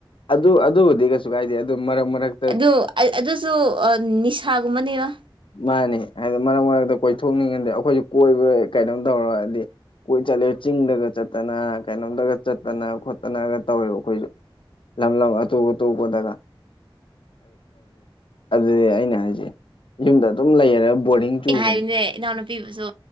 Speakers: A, on the left (about 70°); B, on the right (about 65°).
A: ꯑꯗꯨ ꯑꯗꯨꯕꯨꯗꯤ ꯀꯩꯁꯨ ꯀꯥꯏꯗꯦ ꯑꯗꯨ ꯃꯔꯛ ꯃꯔꯛ
B: ꯑꯗꯨ ꯑꯗꯨꯁꯨ ꯅꯤꯁꯥꯒꯨꯝꯕꯅꯦꯕ
A: ꯃꯥꯅꯤ ꯍꯥꯏꯗꯤ ꯃꯔꯛ ꯃꯔꯛꯇ ꯀꯣꯏꯊꯣꯛꯅꯤꯡꯉꯗꯤꯦ ꯑꯩꯈꯣꯏꯁꯨ ꯀꯣꯏꯕ ꯀꯩꯅꯣꯝ ꯇꯧꯔꯗꯤ ꯀꯣꯏ ꯆꯠꯂꯦ ꯆꯤꯡꯗꯒ ꯆꯠꯇꯅ ꯀꯩꯅꯣꯝꯗꯒ ꯆꯠꯇꯅ ꯈꯣꯠꯇꯅꯒ ꯇꯧꯋꯦꯕ ꯑꯩꯈꯣꯏꯁꯨ ꯂꯝ ꯂꯝ ꯑꯇꯣꯞ ꯑꯇꯣꯞꯄꯗꯒ ꯑꯗꯨꯗꯤ ꯑꯩꯅ ꯍꯥꯏꯖ ꯌꯨꯝꯗ ꯑꯗꯨꯝ ꯂꯩꯔꯔꯦ ꯕꯣꯔꯗꯤꯡ ꯆꯨꯕꯅꯦ
B: ꯑꯩ ꯍꯥꯏꯔꯤꯅꯦ ꯏꯅꯥꯎꯅꯨꯄꯤꯕꯨꯁꯨ